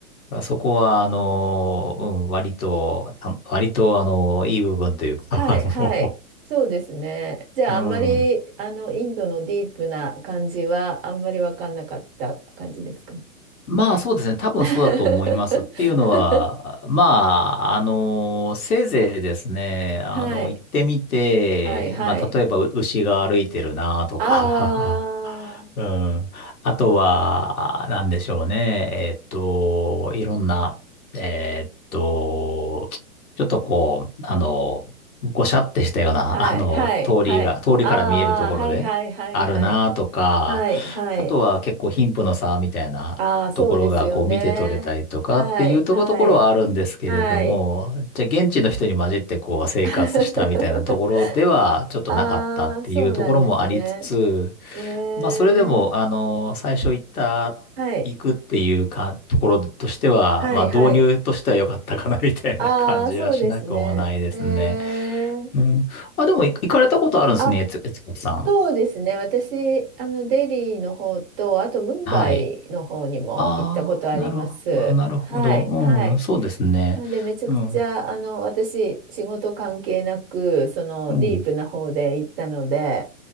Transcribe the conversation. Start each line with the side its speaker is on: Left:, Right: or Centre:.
Left: あそこは、あの、うん、割と、た割と、あの、いい部分というか、
Right: はい、
Left: <laughs> あの、
Right: はい。そうですね。じゃあ、
Left: うん。
Right: あんまり、あの、インドのディープな感じは、あんまり分かんなかった感じですかね。
Left: まあそうですね。多分そうだと思いますっていうのは、
Right: <laughs>
Left: まあ、あの、せいぜいですね、あの、
Right: はい、
Left: 行ってみて、
Right: はい、はい。
Left: まあ例えばう牛が歩いてるなとか、
Right: ああ、
Left: <laughs> うん。あとは、なんでしょうね。えっと、いろんな、えっと、ちょっとこう、あの、ごしゃってしたような、
Right: はい、
Left: <laughs> あの、
Right: はい、
Left: 通りが、
Right: はい。
Left: 通りから見えるところであるなとか、
Right: ああ、はい、はい、はい、はい。はい、はい。
Left: あとは結構貧富の差みたいなところがこう見て取れたりとかっていうところところはあるんですけれども、
Right: ああ、そうですよね。はい、はい、はい。
Left: じゃあ現地の人に混じってこう生活したみたいなところではちょっとなかったっていうところもありつつ、
Right: <laughs> ああ、そうなんですね。えー、
Left: まあそれでもあの、最初行った、
Right: はい、
Left: 行くっていうか、ところとしては、
Right: はい、
Left: まあ導入としては良かったかなみたいな感じはしなくもないですね。
Right: はい。ああ、そうですね。えー、
Left: うん。あ、でもい行かれたことあるんですね、
Right: あ、
Left: 悦悦子さん。
Right: そうですね。私、あの、デリーの方と、あと、ムンバイの方にも行ったことあります。
Left: はい。ああ、なるほど、なるほど。
Right: はい、
Left: うん、
Right: はい。
Left: そうですね。
Right: なんで、めちゃくちゃ、
Left: うん。
Right: あの、私、仕事関係なく、その、
Left: うん。
Right: ディープな方で行ったので、